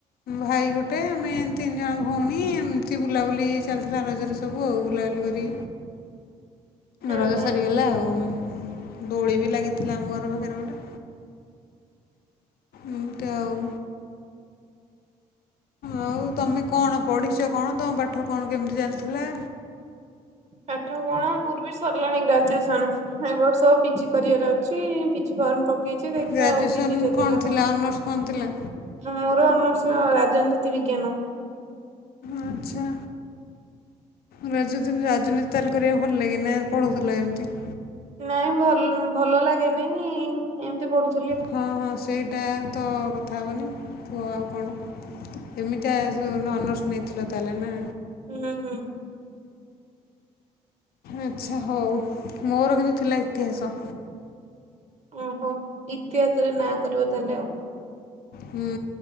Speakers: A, on the left (about 65°); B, on the right (about 40°).
A: ଭାଇ ଗୋଟେ ଆମେ ଏତି ତିନି ଜଣ ଭଉଣୀ ଏମିତି ବୁଲାବୁଲି ଚାଲିଥିଲା ରଜରେ ସବୁ ଆଉ ବୁଲାବୁଲି କରି
B: ହୁଁ
A: ରଜ
B: ହୁଁ
A: ସରିଗଲା ଆଉ। ଦୋଳି ବି ଲାଗିଥିଲା ଆମ ଘର ପାଖରେ ଗୋଟେ ଏମତି ଆଉ ଆଉ ତମେ କଣ ପଢ଼ିଛ କଣ ତମ ପାଠ କଣ କେମିତି ଚାଲିଥିଲା?
B: ପାଠ କଣ ମୋର ବି ସରିଲାଣି ଗ୍ରାଜୁଏସନ ଏ ବର୍ଷ ପିଜି କରିବାର ଅଛି। ଫର୍ମ ପକେଇଛି ଦେଖିବା
A: ଗ୍ରାଜୁଏସନ୍
B: ଆଉ ପିଜି ଯଦି
A: କ'ଣ
B: ହେଲା
A: ଥିଲା
B: କରିବା।
A: ଅନର୍ସ କ'ଣ ଥିଲା
B: ମୋର ଅନର୍ସ ରାଜନୀତି ବିଜ୍ଞାନ।
A: ଆଚ୍ଛା। ଗ୍ରାଜୁ ରାଜନୀତି ତାହେଲେ କରିବାକୁ ଭଲ ଲାଗେ ନାହି ପଢୁଥିଲା ଏମିତି।
B: ନାଇଁ ଭଲ୍ ଭଲ ଲାଗେନାଇଁ ଏମିତି ପଢୁଛି।
A: ହଁ ହଁ ସେଇଟା ତ କଥା ହବନି ତୁ ଆଉ କଣ ଏମିତି ଆ ଅନର୍ସ ନେଇଥିଲ ତାହେଲେ ନା।
B: ହୁଁ ହଁ।
A: ଆଛା ହଉ ମୋର କିନ୍ତୁ ଥିଲା ଇତିହାସ।
B: ଓହୋ ଇତିହାସରେ ନାଁ କରିବ ତାହେଲେ ଆଉ।
A: ହୁଁ